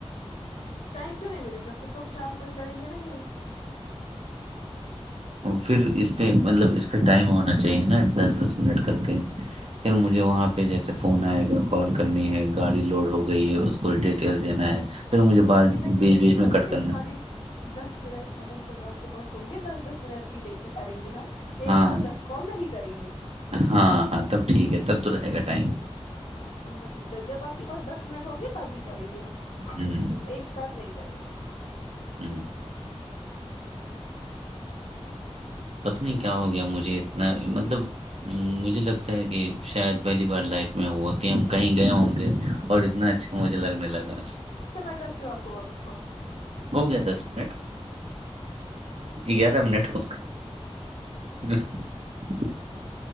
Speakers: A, on the left; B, on the right.
A: ٹائم کیوں نہیں ملے گا پھر تو ہم شام کو ہی کریں گے نا یہ
B: پھر اس پہ مطلب اس پہ ٹائم ہونا چاہیے نا دس دس منٹ کر کے پھر مجھے وہاں پہ جیسے فون آئے گا کال کرنی ہے گاڑی لوڈ ہو گئی ہے اس کو ڈیٹیلس دینا ہے پھر مجھے
A: تو
B: بعد
A: وہی میں کہہ
B: بیچ
A: رہی
B: بیچ
A: ہوں
B: میں
A: نا
B: کٹ
A: کہ
B: کرنا
A: خالی
B: ہے۔
A: دس منٹ مطلب جب آپ کے پاس ہوگی دس دس منٹ ہی لے کے کریں گے ہم ایک
B: ہاں
A: ساتھ دس کال نہیں کریں گے
B: ہاں ہاں تب ٹھیک ہے تب رہے گا ٹائم
A: ہاں وہی د جب آپ کے پاس دس منٹ ہوں گے تب ہی کریں گے
B: ہوں
A: ایک ساتھ نہیں چ نہیں
B: ہوں
A: ہوں
B: پت نہیں کیا ہو گیا مجھے اتنا مطلب مجھے لگتا ہے کہ شاید پہلی بار لائف میں ہوا کہ ہم کہیں گئے ہوں گے اور اتنا اچھا مجھے لگنے لگا
A: اچھا میں کرتی ہوں آپ کو واپس کر
B: ہو گیا دس منٹ گیارہ منٹ ہو ہ